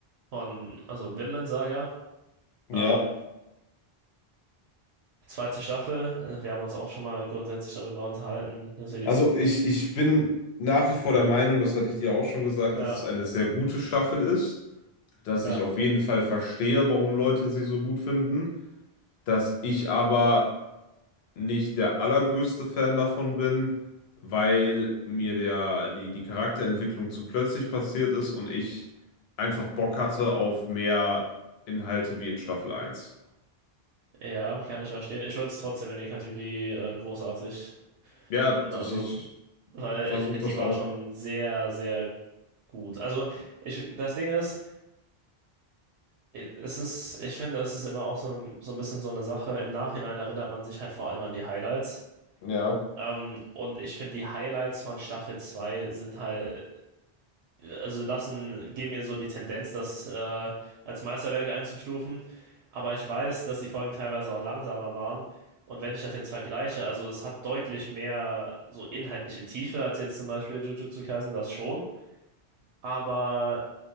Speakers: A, on the right; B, on the left.
A: von, also Vinland Saga,
B: Ja,
A: ähm, zweite Staffel. Äh, Wir haben uns auch schon mal grundsätzlich darüber unterhalten, dass wir die
B: also
A: so,
B: ich, ich bin nach wie vor der Meinung, das hatte ich dir auch schon gesagt,
A: ja,
B: dass es eine sehr gute Staffel ist, dass
A: ja,
B: ich auf jeden Fall verstehe, warum Leute sie so gut finden, dass ich aber nicht der allergrößte Fan davon bin, weil mir der, die, die Charakterentwicklung zu plötzlich passiert ist und ich einfach Bock hatte auf mehr Inhalte wie in Staffel eins.
A: ja, kann ich verstehen. Ich würde es trotzdem in die Kategorie äh, großartig
B: Ja,
A: tun,
B: ich,
A: also,
B: ich
A: weil
B: versuche
A: ich,
B: das
A: die war
B: auch.
A: schon sehr, sehr gut. Also, ich, das Ding ist, Es ist, ich finde, es ist immer auch so, ein- so ein bisschen so eine Sache. Im Nachhinein erinnert man sich halt vor allem an die Highlights.
B: Ja.
A: Ähm, und ich finde, die Highlights von Staffel 2 sind halt, also lassen, geben mir so die Tendenz, das äh, als Meisterwerk einzustufen. Aber ich weiß, dass die Folgen teilweise auch langsamer waren. Und wenn ich das jetzt vergleiche, also es hat deutlich mehr so inhaltliche Tiefe als jetzt zum Beispiel Jujutsu Kaisen, das schon. Aber